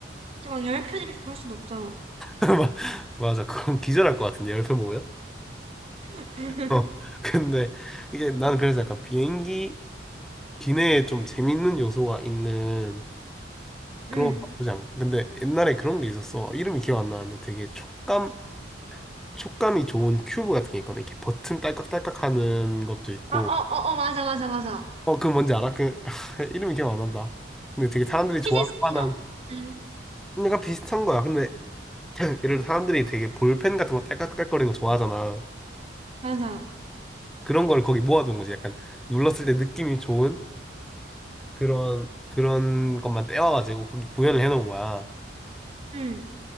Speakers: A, on the right; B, in the centre.
A: 그치, 막 열편 이렇게 볼 순 없잖아.
B: <laughs> 맞아. 그럼 기절할 것 같은데, 옆모 보면?
A: <laughs>
B: 어. <laughs> 근데 이게 나는 그래서 약간 비행기 기내에 좀 재밌는 요소가 있는 그런
A: 응.
B: 거 나쁘지 않고. 근데 옛날에 그런 게 있었어. 이름이 기억 안 나는데 되게 촉감, 촉감이 좋은 큐브 같은 게 있거든. 이렇게 버튼 딸깍딸깍 하는 것도 있고.
A: 아, 어, 어, 어, 맞아, 맞아, 맞아.
B: 어, 그 뭔지 알아? 그, <laughs> 이름이 기억 안 난다. 근데 되게 사람들이
A: 피지
B: 좋아할
A: 스피너?
B: 만한
A: 응.
B: 약간 비슷한 거야. 근데 예를 들어 사람들이 되게 볼펜 같은 거 딸깍딸깍거리는 거 좋아하잖아.
A: 맞아.
B: 그런 걸 거기 모아둔 거지. 약간 눌렀을 때 느낌이 좋은 그런 그런 것만 떼와가지고 거기 구현을 해놓은 거야.
A: 응,